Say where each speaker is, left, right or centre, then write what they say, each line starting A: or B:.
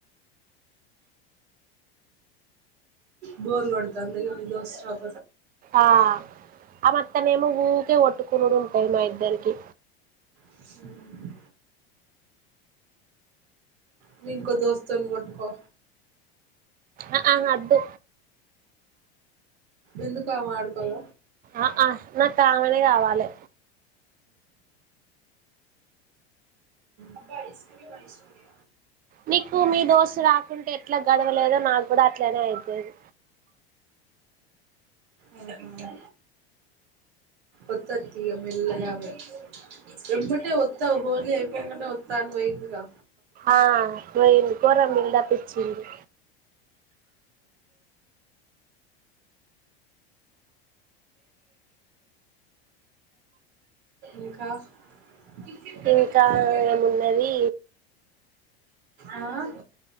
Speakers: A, on the right (about 75°); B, on the right (about 30°).
A: బోర్గడుత అందుక మీ దోస్త చషాప
B: ఆ ఆమ త్తనే ఏమో ఊకే కొట్టుకునుడు ఉంటది మా ఇద్దరికి
A: రాపోతే మీ ఇంకో దోస్తో ను గొట్టుకో
B: ఆ ఆమ్ అద్దు
A: ఎందుకు ఆమ ఆడుకోద
B: ఆ ఆ నాకు కామెనే కావాలి
A: అబ ఐస్కూరి మఐసూరి
B: నీకు మీ దోస్తు రాకుంటే ఎట్లా గదవలేదో నాకు ఇప్పుడు అట్లనే అయితేది
A: ఉహు ఒత్తా తీ ఇగ మెల్లగా ఆమె రమ్మటే ఒత్తా హోలీ అయ్ అ ఒత్తాన్ పోయింది గా
B: ఆ పోయిన కూడా బిల్డప్ ఇచ్చింది
A: ఇంకా ఇప్పుడ
B: ఇంకా
A: కది ఫలే
B: ఏమున్నది
A: ఆ